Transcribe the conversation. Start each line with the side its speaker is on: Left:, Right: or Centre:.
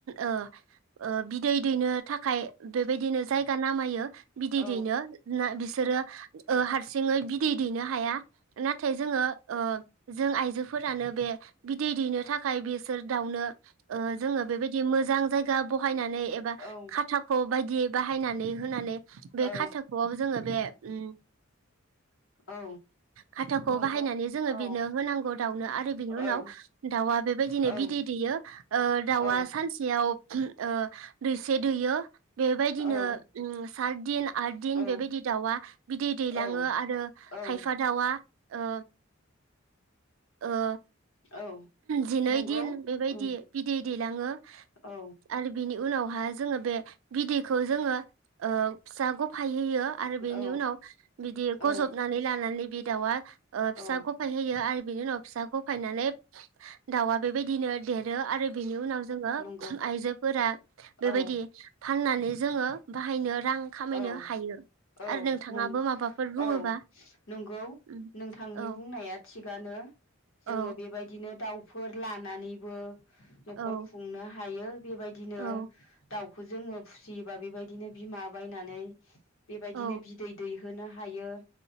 Right: ओ बिदै दैनो थाखाय बेबायदिनो जायगा नामायो। बिदै
Left: औ
Right: दैनो ना बिसोरो ओ हारसिङै बिदै दैनो हाया नाथाय जोङो ओ जों आइजोफोरानो बे बिदै दैनो थाखाय बेसोर दाउनो ओ जोङो बेबायदि मोजां जाय गा बहायना नै एबा
Left: औ
Right: खाथाखौ बाय गि बाहायनानै होनानै बे
Left: औ
Right: खाथाख'आव जोङो बे उम।
Left: औ
Right: खाथाखौ
Left: नंगौ
Right: बाहायनानै जोङो
Left: औ
Right: बिनो होनांगौ दाउनो आरो बिनि उनाव
Left: औ
Right: दाउआ बेबायदिनो
Left: औ
Right: बिदै दैयो ओ दाउआ
Left: औ
Right: सानसेयाव ओ दैसे दैयो। बेबायदिनो
Left: औ
Right: साथ दिन, आथ दिन
Left: औ
Right: बेबायदि दाउआ बिदै दैलाङो
Left: औ
Right: आरो
Left: औ
Right: खायफा दाउआ ओ ओ
Left: औ
Right: जिनै
Left: नंगौ
Right: दिन बेबायदि
Left: उम
Right: बिदै दैलाङो
Left: औ
Right: आरो बिनि उनावहाय जोंङो बे बिदैखौ जोंङो ओ फिसा गफ होयो आरो बेनि
Left: औ
Right: उनाव बिदि गजब
Left: औ
Right: लानानै बे दाउआ ओ फिसा
Left: औ
Right: गफाय होयो आरो बिनि उनाव फिसा फायनानै दाउआ बेबायदिनो देर रो आरो बेनि उनाव जोंङो
Left: नंगौ
Right: आइजोफोरा
Left: औ
Right: बेबायदि फाननानै जोंङो बाहायनो रां खामायनो
Left: औ
Right: हायो।
Left: औ
Right: आरो नोंथाङाबो
Left: नं
Right: माबाफोर बुङोबा?
Left: औ नंगौ
Right: उम
Left: नोंथांनि
Right: औ
Left: बुंनाया थिगानो
Right: औ
Left: जोंङो बेबायदिनो दाउ फोर लानानैबो न'खर
Right: औ
Left: खुंनो हायो बेबायदिनो
Right: औ
Left: दाउ खौ जोंङो फुसियोबा बेबायदिनो बिमा बायनानै बेबायदिनो
Right: औ
Left: बिदै दै होनो हायो।